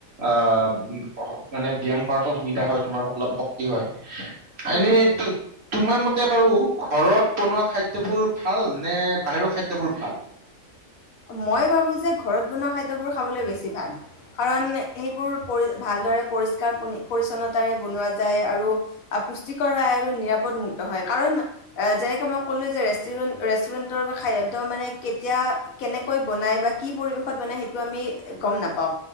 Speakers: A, on the right; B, on the left.
A: আহ, ম-মানে ব্যায়াম কৰাতো সুবিধা হয় তোমাৰ, অলপ শক্তি হয়। এনে
B: হুম, হুম,
A: তো-তোমাৰ মতে বাৰু ঘৰত বনোৱা খাদ্যবোৰ ভাল নে, বাহিৰৰ খাদ্যবোৰ ভাল?
B: মই ভাবোঁ যে ঘৰত বনোৱা খাদ্যবোৰ খাবলৈ বেছি ভাল। কাৰণ সেইবোৰ পৰি ভালদৰে পৰিষ্কাৰ-পনি পৰিচ্ছন্নতাৰে বনোৱা যায় আৰু আ পুষ্টিকৰ হয় আৰু নিৰাপদমুক্ত হয়। কাৰণ আ যেনেকে মই ক'লো যে ৰেষ্টিৰেণ্ট, ৰেষ্টুৰেণ্টৰ খাদ্য মানে কেতিয়া- কেনেকৈ বনায় বা কি পৰিৱেশত বনায় সেইটো আমি গম নাপাওঁ,